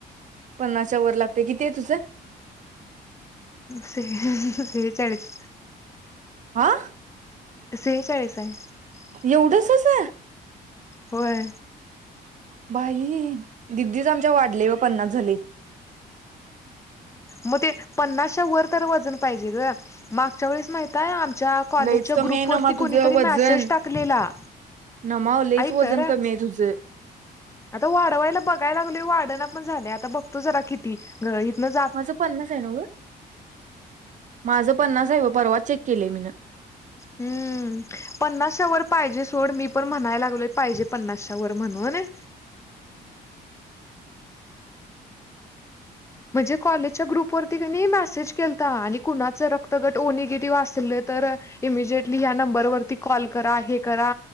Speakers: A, on the right; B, on the left.
A: पन्नासा वर लागते किती आहे तुझं.
B: स स सेचाळीस.
A: आ.
B: शेषळेस आहे <unintelligible>
A: एवढंसच आहे
B: होय
A: बाई दिदीच आमच्या वाढले व पन्नास झालेय.
B: मग ते पन्नासच्या वर तर वजन पाहिजे मागच्या वेळेस माहितय आग. च्या कॉलेजच्या
A: लईच कमी
B: ग्रुप
A: आहे
B: वरती
A: नमा
B: कोणीतरी
A: तुझं वजन
B: मेसेज टाकलेला.
A: नमा लईच
B: ऐक
A: वजन
B: तर
A: कमी आहे तुझं.
B: आता वाढवायला बघाय लागल वाढण पण झालं आता बघतो जरा किती गत इथूनच.
A: माझ पन्नास आहे नव माझ. पन्ना परवा चेक केलेय मीन.
B: हम्म पन्नासश वर पाहिजे सोड मी पण म्हणायला लागलोय पाहिजे पन्नासश वर म्हणून. नाय. म्हणजे कॉलेजच्या ग्रुप वरती त्यांनी मेसेज केता आणि कुणाच रक्तगट ओ निगेटिव्ह असल तर इमिजटली ह नंबरवरती कॉल करा हे करा